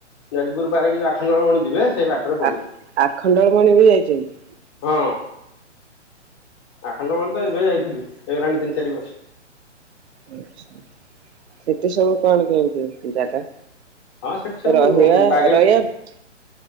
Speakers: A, on the left (about 20°); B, on the right (about 60°).
A: ଯାଜପୁର ପାରି ହେକି ଯଉ ଆଖଣ୍ଡଳମଣୀ ଯିବେ ସେଇ ବାଟରେ ପଡିବ
B: ଆ ଆଖଣ୍ଡଳମଣି ବି ଯାଇଛନ୍ତି।
A: ହଁ ଆଖଣ୍ଡଳମଣୀ ତ ଏବେ ଯାଇଥିଲୁ ହେଇଗଲାଣି ତିନି ଚାରି ମାସ।
B: ଆଛା ସେଠି ସବୁ କଣ କେମିତି ଜାଗା?
A: ହଁ ସେଠି ସବୁ
B: ରହିବା
A: ବାଗେଇ
B: ରହିବା
A: ଦେଇ